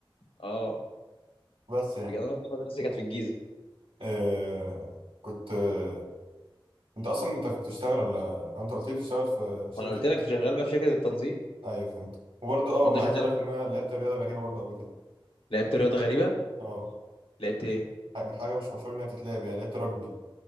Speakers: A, on the left; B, on the right.
A: اه
B: بس يعني
A: انا برضه مدرستي كانت في الجيزه
B: آه كنت آه انت اصلا انت بتشتغل ولا انت قلت لي بتشتغل في شركة
A: ما انا قلت لك شغال بقى في شركه التنظيم
B: ايوه فهمت وبرضه اه
A: وانت شغال
B: عايز اقول
A: في...
B: لك ان انا لعبت رياضة غريبة برضه قبل كده
A: لعبت رياضه غريبه
B: اه
A: لعبت ايه
B: يعني حاجة مش مشهور انها تتلعب يعني لعبت رugby